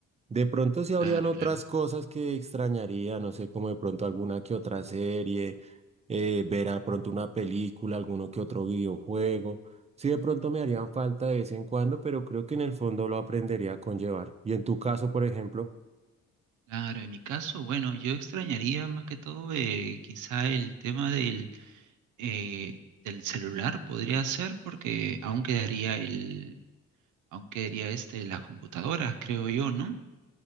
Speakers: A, on the right; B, on the right.
A: De pronto sí
B: Claro,
A: habrían otras
B: claro.
A: cosas que extrañaría, no sé, como de pronto alguna que otra serie, eh, ver a pronto una película, alguno que otro videojuego. Sí, de pronto me harían falta de vez en cuando, pero creo que en el fondo lo aprendería a conllevar. Y en tu caso, por ejemplo.
B: Claro, en mi caso, bueno, yo extrañaría más que todo eh, quizá el tema del, eh, del celular, podría ser, porque aún quedaría el, aún quedaría este, las computadoras, creo yo, ¿no?